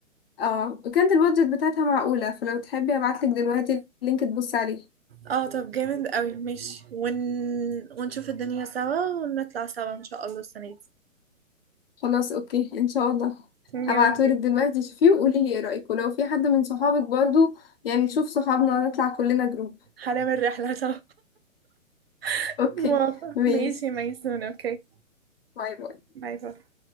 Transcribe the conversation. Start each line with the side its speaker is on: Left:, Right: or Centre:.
Left: اه وكانت البادجت بتاعتها معقولة فلو تحبي هبعتلك دلوقتي اللينك تبص عليه
Right: اه طب جامد قوي ماشي ون... ونشوف الدنيا سوا ونطلع سوا ان شاء الله السنة دي
Left: خلاص اوكي ان شاء الله هبعتهولك
Right: جامد جدا
Left: دلوقتي شوفيه وقولي لي ايه رأيك ولو في حد من صحابك برضو يعني شوف صحابنا نطلع كلنا جروب
Right: هنعمل رحلة سوا <laughs>
Left: اوكي
Right: موافقة
Left: ماشي
Right: ماشي يا ميسون اوكي
Left: باي باي
Right: باي باي